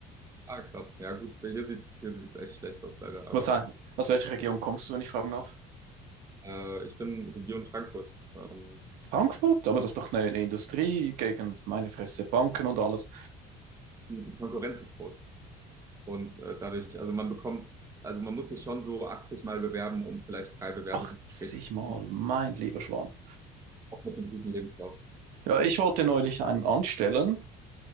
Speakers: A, on the right; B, on the right.
A: ah, krass. Ja, gut, hier sieht's, hier sieht's echt schlecht aus, leider. Aber
B: Was, aus welcher Region kommst du, wenn ich fragen darf?
A: äh, ich bin Region Frankfurt. Ähm,
B: Frankfurt? Aber das ist doch eine, eine Industriegegend, meine Fresse, Banken und alles.
A: die die Konkurrenz ist groß. Und äh, dadurch, also man bekommt, also man muss sich schon so 80 Mal bewerben, um vielleicht drei Bewerbungsgespräche
B: 80
A: zu
B: Mal,
A: bekommen,
B: mein lieber Schwan.
A: auch mit einem guten Lebenslauf.
B: Ja, ich wollte neulich einen anstellen